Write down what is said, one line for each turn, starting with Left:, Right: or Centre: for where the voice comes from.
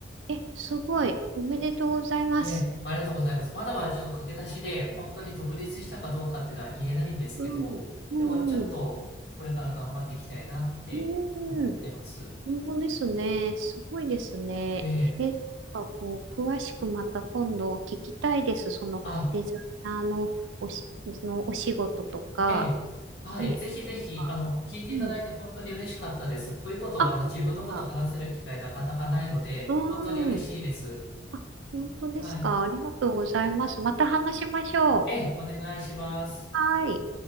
Right: え、すごい。おめでとうございます。
Left: いえ、ありがとうございます。まだまだちょっと駆け出しで、本当に独立したかどうかっていうのは言えないんですけど、
Right: うん。
Left: でもちょっとこれから頑張っていきたいなって思ってます。
Right: うん。うん。本当ですね。すごいですね。
Left: ええ、
Right: え、なんかこう、詳しくまた今度聞きたいです。そのデザイナーのおし、
Left: あ、
Right: そのお仕事とか。
Left: ええ、はい、
Right: ね。
Left: ぜひぜひ、
Right: なんか
Left: あの、聞いていただいて本当に嬉しかったです。
Right: うん。
Left: こういうことは、
Right: あ、
Left: あの、自分のこと話せる機会なかなかないので、
Right: 本当ですか。うん。
Left: 本当に嬉しいです。
Right: あ、本当ですか。
Left: はい。
Right: ありがとうございます。また話しましょう。
Left: ええ、お願いします。
Right: はい。